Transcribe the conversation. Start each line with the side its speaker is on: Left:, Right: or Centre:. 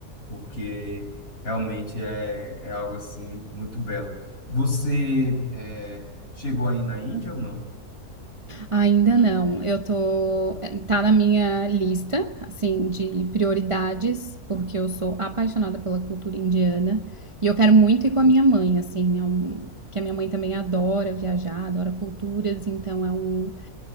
Left: porque realmente é, é algo assim muito belo. Você é, chegou aí na Índia ou não?
Right: Ainda não. Eu tô, eh, tá na minha lista, assim, de prioridades, porque eu sou apaixonada pela cultura indiana e eu quero muito ir com a minha mãe, assim, é um, que a minha mãe também adora viajar, adora culturas, então é um,